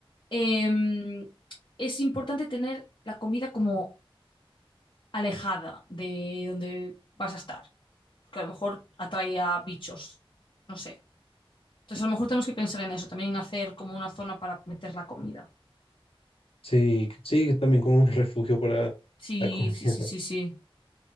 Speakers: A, on the left; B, on the left.
A: eh, es importante tener la comida como alejada de donde vas a estar, porque a lo mejor atrae a bichos, no sé. Entonces, a lo mejor tenemos que pensar en eso, también hacer como una zona para meter la comida.
B: sí, sí, también como un refugio para
A: Sí,
B: la comida.
A: sí,
B: <laughs>
A: sí, sí, sí.